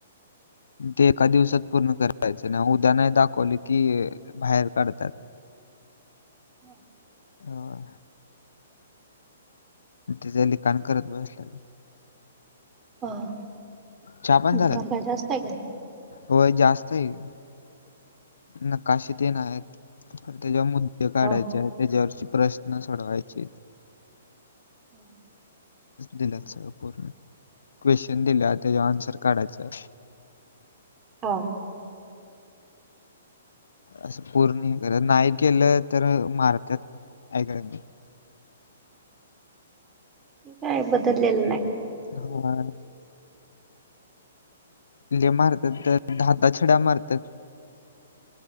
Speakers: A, on the left; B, on the right.
A: ते एका दिवसात पूर्ण करायचं नाही उद्या नाही दाखवले की बाहेर काढतात.
B: हम.
A: होय तेज लिखाण करत बसल्यात.
B: अ <unintelligible>
A: चहा पाणी
B: लिखाण
A: झाला का?
B: काय जास्त आहे काय
A: होय जास्तय की नकाशे तीन आहेत खर त्याच्यावर मुद्दे काढायचे
B: हा.
A: आहेत त्याच्यावरची प्रश्न सोडवायचेत
B: हम
A: दिल्यात सगळं पूर्ण क्वेश्चन दिल्यात त्याच्या आन्सर काढायचा
B: हो
A: असं पूर्ण हे करत नाही केलं तर मारतात ऐका <unintelligible> नाही
B: ते काय बदललेलं नाही
A: ह ले मारतात तर ता छड्या मारतात.